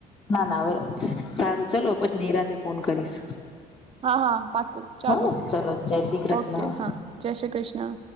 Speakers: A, on the left (about 25°); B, on the right (about 35°).
A: ના ના હવે, સારું ચલો પછી નિરાતે ફોન કરીશ.
B: હા હા પાકું ચાલો,
A: હો ને ચલો જય શ્રી કૃષ્ણ
B: ઓકે હા, જય શ્રી કૃષ્ણ.